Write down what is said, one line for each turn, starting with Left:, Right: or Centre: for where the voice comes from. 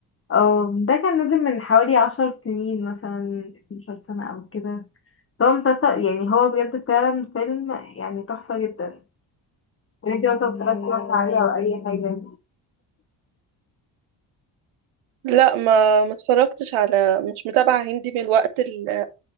Left: اه ده كان نازل من حوالي عشر سنين مثلا 12 سنة او كده هو مسلسل يعني هو بجد فعلا فيلم يعني تحفة جدا وانتي مثلا اتفرجتي مثلا عليه او اي حاجة
Right: لا ما ما اتفرجتش على مش متابعة هندي من الوقت ال-